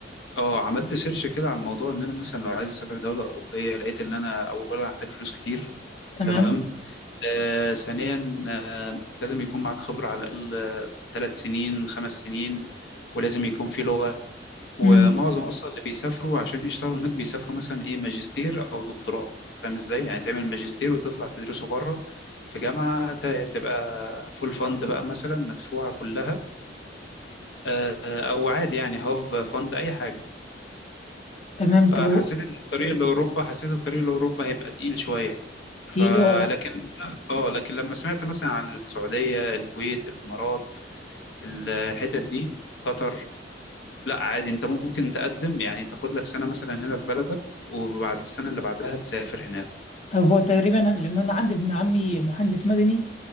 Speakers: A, on the left; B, on the left.
A: آه، عملت سيرش كده على الموضوع ان انا مثلا لو عايز اسافر دوله اوروبيه لقيت ان انا اولا هحتاج فلوس كتير
B: تمام
A: تمام آه ثانيا آه لازم يكون معاك خبره على الاقل ثلاث سنين خمس سنين ولازم يكون في لغه ومعظم
B: امم
A: اصلا اللي بيسافروا عشان يشتغلوا هناك بيسافروا مثلا ايه ماجستير او دكتوراه أنت فاهم ازاي يعني تعمل ماجستير وتطلع تدرسه بره في جامعة ت- تبقى فول فند بقى مثلا مدفوعة كلها آه، أو عادي يعني هاف فند أي حاجة
B: تمام
A: فحسيت
B: طب و-
A: ان الطريق لاوروبا حسيت الطريق لاوروبا هيبقى تقيل شويه فلكن
B: تيلو
A: اه لكن لما سمعت مثلا عن السعوديه الكويت الامارات الحتت دي قطر لا عادي انت ممكن تقدم يعني تاخد لك سنه مثلا هنا في بلدك وبعد السنه اللي بعدها تسافر هناك
B: طب هو تقريبا لان انا عندي ابن عمي مهندس مدني